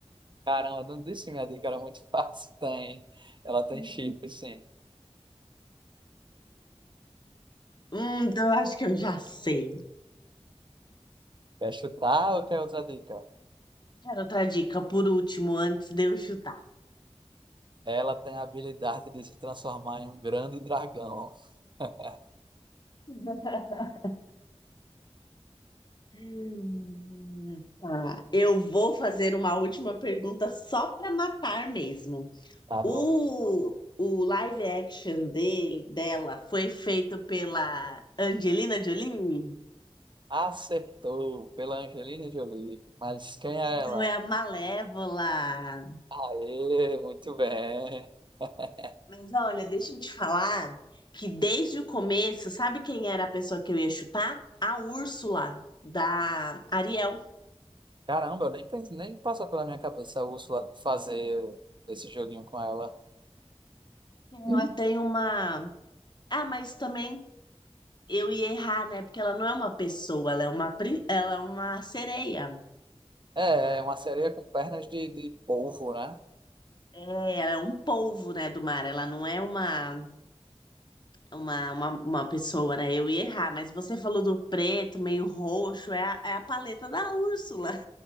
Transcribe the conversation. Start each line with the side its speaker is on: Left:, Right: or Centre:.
Right: Caramba, não disse que minha dica era muito <laughs> fácil. Tem. Ela tem
Left: Hum.
Right: chifre, sim.
Left: Hum, então eu acho que eu já sei.
Right: Quer chutar ou quer outra dica?
Left: Quero outra dica por último, antes de eu chutar.
Right: Ela tem a habilidade de se transformar em um grande dragão. <laughs>
Left: <laughs> Hum, tá. Eu vou fazer uma última pergunta só para matar mesmo.
Right: Tá
Left: O,
Right: bom.
Left: o live action dele, dela foi feito pela Angelina Jolie?
Right: Acertou pela Angelina Jolie. Mas quem é
Left: Então
Right: ela?
Left: é a Malévola.
Right: Aê, muito bem. <laughs>
Left: Mas olha, deixa eu te falar que desde o começo, sabe quem era a pessoa que eu ia chutar? A Úrsula, da Ariel.
Right: Caramba, eu nem, pens- nem passou pela minha cabeça a Úrsula fazer esse joguinho com ela.
Left: Ela
Right: Uhum.
Left: tem uma. Ah, mas também eu ia errar, né? Porque ela não é uma pessoa, ela é uma, pri- ela é uma sereia.
Right: É, é uma sereia com pernas de, de polvo, né?
Left: É, ela é um polvo, né, do mar. Ela não é uma, uma, uma, uma pessoa, né? Eu ia errar, mas você falou do preto, meio roxo, é a, é a paleta da Úrsula.